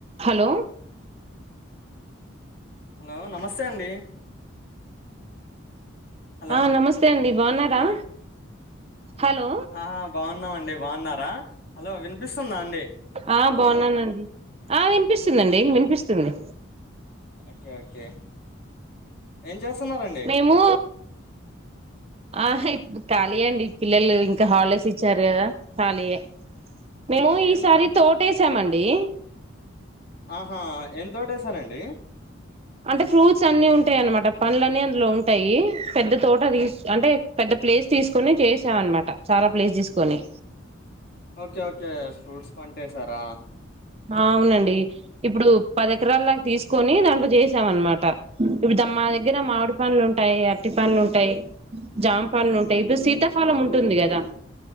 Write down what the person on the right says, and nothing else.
hello
ఆ నమస్తే అండి బాగున్నారా హలో
ఆ బాగున్నానండి ఆ వినిపిస్తుందండి వినిపిస్తుంది
మేము ఆ ఇప్ ఖాళీయే అండి పిల్లలు ఇంకా హాలిడేస్ ఇచ్చారు కదా ఖాళీయే మేము
ఈసారి తోటేసామండి డి
అంటే ఫ్రూట్స్ అన్ని ఉంటాయి అనమాట పండ్లు అన్నీ అందులో ఉంటాయి పెద్ద తోట లీస్ అంటే పెద్ద ప్లేస్ తీసుకొని చేసామ అనమాట చాలా ప్లేస్ తీసుకొని
ఆ అవునండి ఇప్పుడు పది ఎకరాలలాగా తీసుకొని దాంట్లో చేసాం అనమాట ఇప్పుడు మా దగ్గర మామిడి పండ్లు ఉంటాయి అరటి పండ్లు ఉంటాయి జామ పండ్లు ఉంటాయి ఇప్పుడు శీతాఫలం ఉంటుంది కదా